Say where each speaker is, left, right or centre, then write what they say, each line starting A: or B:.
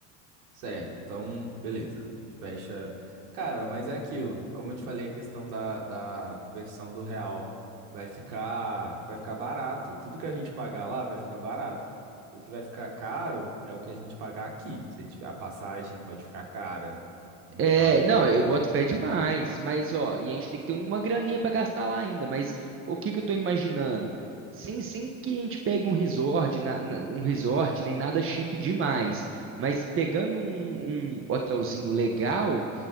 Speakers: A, on the right (about 70°); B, on the right (about 30°).
A: Certo, então, beleza. Fecha. Cara, mas é aquilo. Como eu te falei, a questão da, da conversão do real vai ficar, vai ficar barato. Tudo que a gente pagar lá vai ficar barato. O que vai ficar caro é o que a gente pagar aqui. Se tiver- a passagem pode ficar cara. Então,
B: É, não, eu boto fé demais, mas ó, e a gente tem que ter uma graninha pra gastar lá ainda, mas o que que eu tô imaginando? Sem, sem que a gente pegue um resort, na- na- um resort, nem nada chique demais, mas pegando um, um hotelzinho legal,